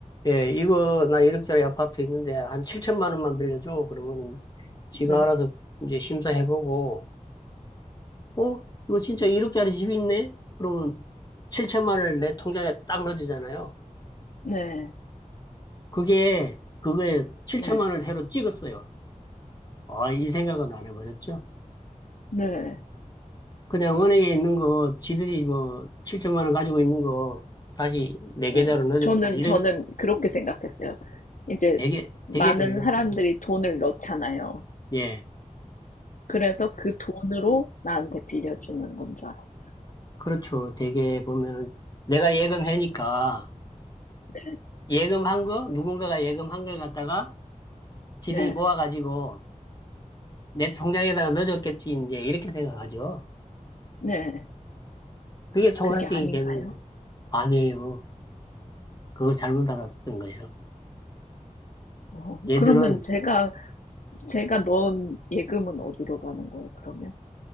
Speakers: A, on the left (about 30°); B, on the left (about 75°).
A: 예, 이거 나 1억짜리 아파트 있는데 한 7천만 원만 빌려줘. 그러면은 지가
B: 네,
A: 알아서 이제 심사해보고 어? 이거 진짜 1억짜리 집이 있네? 그러면 7천만 원을 내 통장에 딱 넣어주잖아요.
B: 네,
A: 그게 그거에 7천만
B: 네,
A: 원을 새로 찍었어요. 아, 이 생각은 안 해보셨죠?
B: 네,
A: 그냥 은행에 있는 거, 지들이 뭐 7천만 원 가지고 있는 거 다시 내
B: 네.
A: 계좌로 넣어줬다.
B: 저는,
A: 이래
B: 저는 그렇게 생각했어요. 이제
A: 되게
B: 많은
A: 되게 그래요,
B: 사람들이
A: 되게.
B: 돈을 넣잖아요.
A: 예,
B: 그래서 그 돈으로 나한테 빌려주는 건 줄 알았어요.
A: 그렇죠. 되게 보면은 내가 예금해니까
B: 네,
A: 예금한 거 누군가가 예금한 걸 갖다가 지들이
B: 네,
A: 모아가지고 내 통장에다가 넣어줬겠지 이제 이렇게 생각하죠.
B: 네.
A: 그게 통상적인
B: 그게 아닌가요?
A: 개념이죠. 아니에요. 그걸 잘못 알았던 거예요.
B: 어,
A: 얘들은
B: 그러면 제가, 제가 넣은 예금은 어디로 가는 거예요, 그러면?